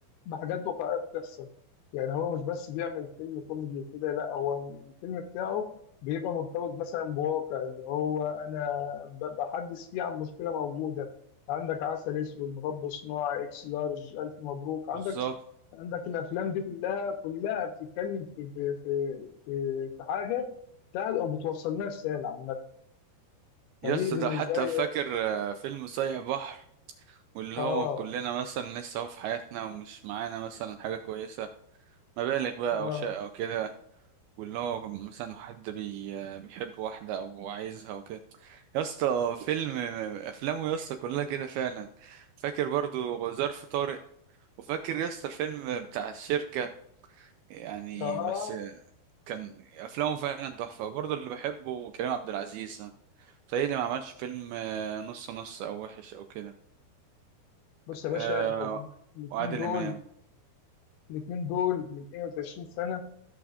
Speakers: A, on the left (about 75°); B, on the right (about 80°).
A: بحاجات واقعيه بتحصل يعني هو مش بس بيعمل فيلم كوميدي وكده لا هو الفيلم بتاعه بيبقى مرتبط مثلا بواقع اللي هو انا ب- بحدث فيه عن مشكله موجوده عندك عسل اسود مربى صناعي اكس لارج الف مبروك عندك
B: بالظبط
A: عندك الافلام دي كلها كلها بتتكلم في في في في, في حاجه بتاعت او بتوصل لنا رساله عامه
B: يا
A: فدي
B: اسطى
A: بالنسبه
B: ده حتى
A: لي
B: فاكر آه، فيلم صايع بحر واللي
A: اه
B: هو كلنا مثلا لسه هو في حياتنا ومش معانا مثلا حاجه كويسه مبالغ بقى
A: اه
B: او شيء او كده واللي هو مثلا حد بي... بيحب واحده او عايزها وكده يا اسطى فيلم افلامه يا اسطى كلها كده فعلا فاكر برضو ظرف طارق وفاكر يا اسطى الفيلم بتاع الشركه يعني
A: اه
B: بس كان افلامه فعلا تحفه برضو اللي بحبه كريم عبد العزيز تهيألي ما عملش فيلم آه، نص نص او وحش او كده
A: بص يا
B: آه،
A: باشا انت من- الاثنين
B: وعادل
A: دول
B: امام
A: الاثنين دول من 21 سنه